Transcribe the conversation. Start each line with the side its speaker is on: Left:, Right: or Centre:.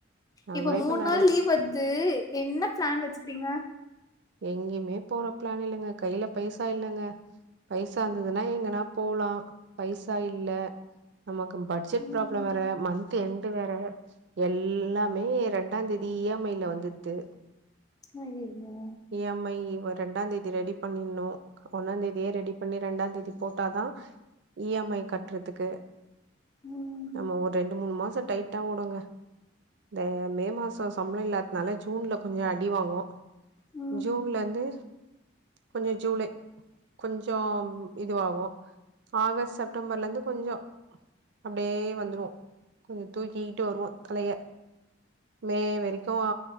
Right: நா
Left: இப்ப
Right: கூட
Left: மூண்
Right: நெறை
Left: நாள் லீவ் வர்து என்ன பிளான் வச்சுக்கிறீங்க
Right: எங்கயுமே போற பிளான் இல்லங்க கைல பைசா இல்லங்க பைசா இருந்ததுன்னா எங்கன்னா போலா பைசா இல்ல நமக்கு பட்ஜெட்
Left: ம்
Right: ப்ராப்ளம் வேற மன்த் எண்டு் வேற எல்லாமே ரெண்டாந் தேதி ஈ எம் ஐ ல வந்துருது
Left: அய்யய்யோ
Right: ஈ எம் ஐ வ ரெண்டாந் தேதி ரெடி பண்ணிற்னு ஒன்னாந் தேதியே ரெடி பண்ணி ரெண்டாந் தேதி போட்டாதா ஈ எம் ஐ கட்றதுக்கு
Left: ம்
Right: நம்ம ஒரு ரெண்டு மூணு மாச டை ட்டா ஓடுங்க இந்த மே மாசோ சம்பளோ இல்லாட்னால ஜூன்ல கொஞ்சோ அடி வாங்கு
Left: ம்
Right: ஜூன்லருந்து கொஞ்ச ஜூலை கொஞ்சம் இதுவாகு ஆகஸ்ட் செப்டம்பர்ல இருந்து கொஞ்சோ அப்டியே வந்துரு கொஞ்சோ தூக்கிக்கிட்டு வருவோ தலைய மே வரைக்கு